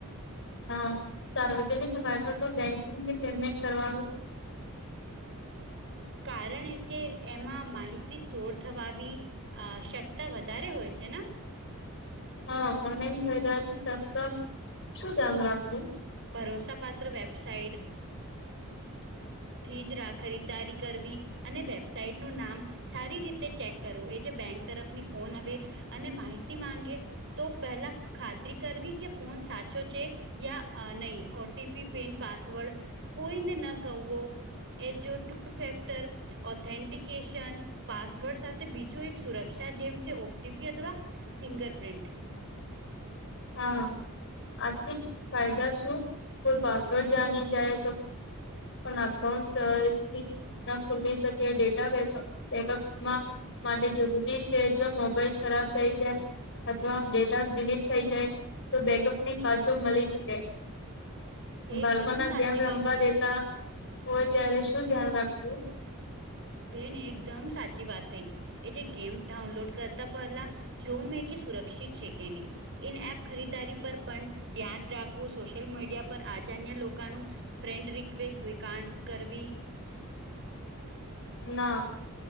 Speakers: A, on the left (about 60°); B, on the right (about 60°).
A: હા સાર્વજનિક વાફ તો બેંકિંગ કે પેમેન્ટ કરવાનું.
B: કારણ એ કે એમાં માહિતી ચોર થવા. અ શકતા વધારે હોય છે ને.
A: હા ઓનલાઈન ખરીદાથી ખર્ચા શું ધ્યાન રાખવું.
B: ભરોસાપત્ર વેબસાઇટ. થી જ રા ખરીદદારી કરવી અને વેબસાઇટ નું નામ. સારી રીતે ચેક કરવું એ જે બેંક તરફની ફોન આવે અને માહિતી માંગે. તો પહેલા ખાતરી કરવી કે ફોન સાચો છે યા. નહી ઓટીપી પિન પાસવર્ડ કોઈને ન કવો. એ જો ટુ ફેક્ટર. ઓથેન્ટિકેશન પાસવર્ડ સાથે બીજું એક સુરક્ષા જેમ છે ઓટીપી અથવા. ફિંગરપિન્ટ.
A: હા આથી ફાયદા શું કોઈ પાસવર્ડ જાની જાય તો. પણ અકાઉન્ટસ. ના ખુલી શકે ડેટા બેકપ બેકઅપમાં. માટે જરૂરી છે જો મોબાઈલ ખરાબ થઈ જાય અથવા ડેટા ડિલીટ. થઈ જાય તો બેગઅપ થી પાછો મળી શકે.
B: એકદમ
A: બાળકો ના
B: સાચી
A: ગેમ રમવા
B: વાત થઈ
A: દેતા હોય ત્યારે શું ધ્યાન રાખવું
B: બેન એકદમ સાચી વાત થઈ એ જે ગેમ ડાઉનલોડ કરતા પહેલા. જો મેં કે સુરક્ષિત છે કે નહી. ઇન એપ ખરીદારી પર પણ ધ્યાન રાખવું સોશિયલ મીડિયા પર આજાન્ય લોકોનું. ફ્રેન્ડ રિક્વેસ્ટ સ્વીકારણ કરવી.
A: ના